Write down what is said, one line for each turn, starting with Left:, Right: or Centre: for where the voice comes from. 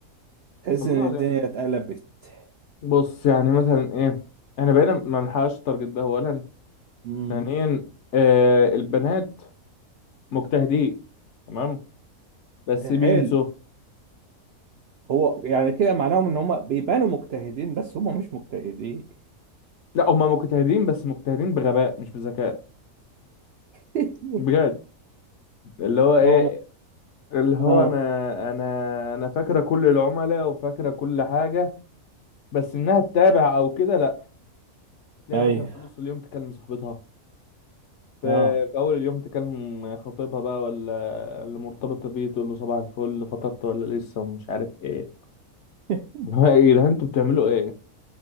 Right: تحس
Left: والله
Right: ان الدنيا
Left: ده
Right: اتقلبت
Left: بص يعني مثلا ايه احنا بقينا ما بنحققش التارجت ده اولا
Right: مم.
Left: ثانيا آه البنات مجتهدين تمام بس بينسوا
Right: حلو هو يعني كده معناهم ان هم بيبانوا مجتهدين بس هم مش مجتهدين
Left: لا هم مجتهدين بس مجتهدين بغباء مش بذكاء
Right: <laughs>
Left: بجد اللي هو ايه
Right: هم
Left: اللي هو
Right: اه
Left: انا انا انا فاكره كل العملاء وفاكره كل حاجه بس انها تتابع او كده لا تلاقي
Right: ايوه
Left: مثلا في نص اليوم تكلم صاحبتها في
Right: اه
Left: في اول اليوم تكلم خطيبها بقى ولا اللي مرتبطه بيه تقول له صباح الفل فطرت ولا لسه ومش عارف ايه
Right: <laughs>
Left: <laughs> اللي هو ايه ده انتوا بتعملوا ايه